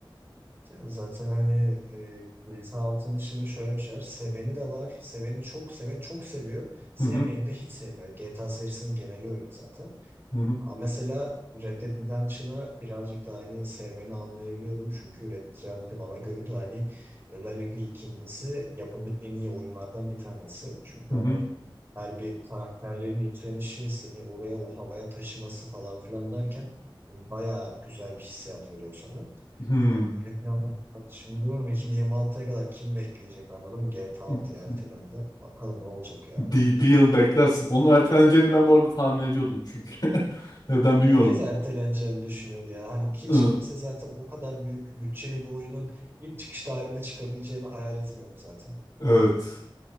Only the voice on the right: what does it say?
Ya zaten hani e, Beyza Altı'nın şimdi şöyle bir şey var. Seveni de var. Seveni çok, seven çok seviyor. Sevmeyeni
de hiç sevmiyor. GTA serisinin geneli öyle zaten.
Ama mesela Red Dead Redemption'ı birazcık daha hani sevmeni anlayabiliyorum. Çünkü Red Dead Redemption bana göre de hani özellikle ikincisi yapılmış en iyi oyunlardan bir tanesi. Çünkü
hani her bir karakterlerin işlenişi, seni oraya o havaya taşıması falan filan derken hani bayağı güzel bir hissiyat veriyor sana.
Yani öyle planlar var. Şimdi diyorum 2026'ya kadar kim bekleyecek anladın mı? GTA
6'ya ertelendi. Bakalım ne olacak ya.
Herkes erteleneceğini düşünüyordu ya. Hani hiç
kimse zaten o kadar büyük bütçeli bir oyunun ilk çıkış tarihinde çıkabileceğini hayal etmiyordu zaten.